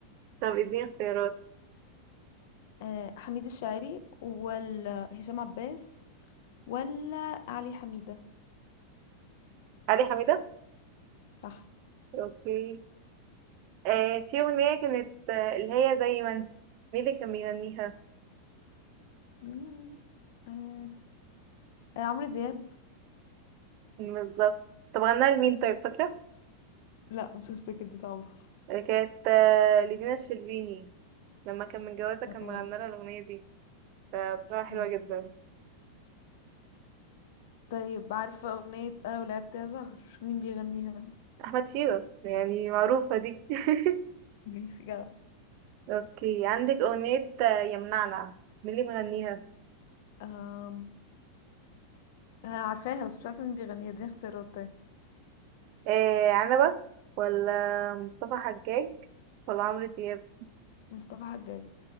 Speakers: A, on the right; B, on the left.
A: طب اديني اختيارات
B: آه حميد الشاعري ولا هشام عباس ولا علي حميدة
A: علي حميدة
B: صح
A: اوكي آه في اغنية كانت آه اللي هي زي ما انت مين اللي كان بيغنيها
B: مم، آه. آه عمرو دياب
A: بالظبط طب غناها لمين طيب فاكرة
B: لا مش هفتكر دي صعبة
A: آه، كانت آه لدينا الشربيني لما كان متجوزها كان
B: اه
A: مغنى لها الأغنية دي فبصراحة حلوة
B: مم.
A: جدا
B: طيب عارفة أغنية أنا ولعبت يا زهر مين بيغنيها
A: أحمد شيبة يعني معروفة دي <laughs>
B: ماشي جدع
A: اوكي عندك أغنية آه، يمنعنا مين اللي مغنيها
B: أم... آه، عارفاها بس مش عارفة مين بيغنيها دي اختيارات طيب
A: إيه عنبة ولا مصطفى حجاج ولا عمرو دياب
B: مصطفى حجاج